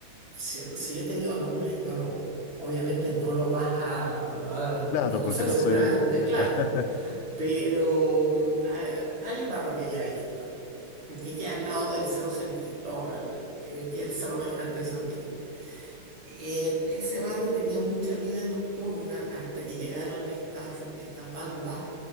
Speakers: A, on the right (about 60°); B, on the left (about 85°).
A: si, si yo te digo nombres, no lo, obviamente no lo vas a
B: Claro,
A: conocer
B: porque no
A: seguramente,
B: soy de
A: claro,
B: allá. <laughs>
A: pero mm, ha- hay un barrio Bellavista que queda al lado del Cerro San Cristóbal, eh, que es el cerro más grande de Santiago. Eh, ese barrio tenía mucha vida nocturna hasta que llegaron estas, estas bandas